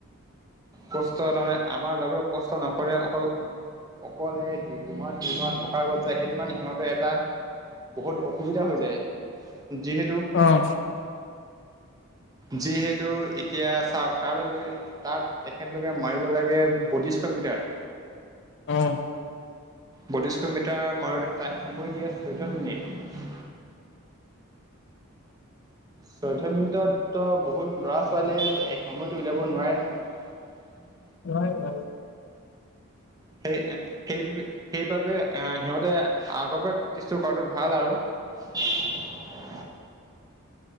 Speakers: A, on the right; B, on the left.
A: কষ্ট তাৰমানে, আমাৰ বাবেও কষ্ট নকৰে, অকল অকলে দু-দুমাহ, তিনিমাহ থকা গত যায়, সেইটো কাৰণে সিহঁতে এটা বহুত অসুবিধা হৈ যায়। যিহেতু
B: আহ
A: যিহেতু এতিয়া চাওক তালৈ গৈ তাত তেখেতলোকে মাৰিব লাগে বডিষ্ট। মিটাৰ
B: অ।
A: বত্ৰিশ মিটাৰ মাৰোতে, তাক সময় দিয়ে চৈধ্য মিনিট। চৈধ্য মিনিটত তো বহুত ল'ৰা ছোৱালীয়ে, এই সময়তো উলিয়াব নোৱাৰে নহয়। উ <unintelligible>
B: হয় হয়।
A: সেই-সেই, সেইবাবে সিহঁতে আগৰ পৰা প্ৰেক্টিচটো কৰাটো ভাল আৰু উ